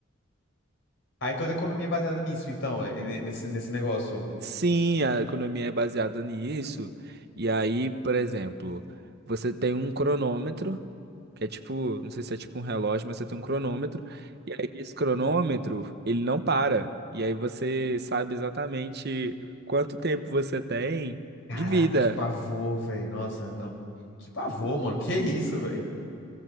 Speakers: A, on the left; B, on the right.
A: Aí toda a economia é baseada nisso, então, é, ne- nesse, nesse negócio.
B: Sim, a economia é baseada nisso. E aí, por exemplo, você tem um cronômetro, que é tipo, não sei se é tipo um relógio, mas você tem um cronômetro, e aí esse cronômetro, ele não para. E aí você sabe exatamente quanto tempo você tem
A: Caraca,
B: de vida.
A: que pavor, velho. Nossa, não. Que pavor, mano. Que isso, velho?